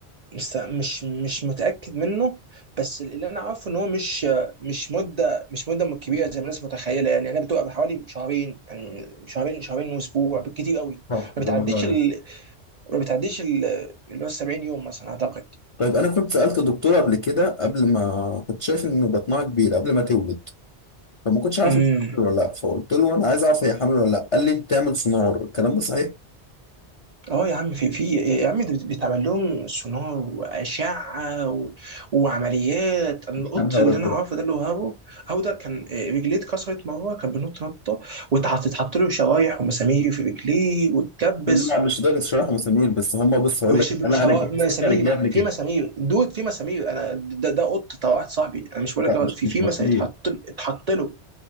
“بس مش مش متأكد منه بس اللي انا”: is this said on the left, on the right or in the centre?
Right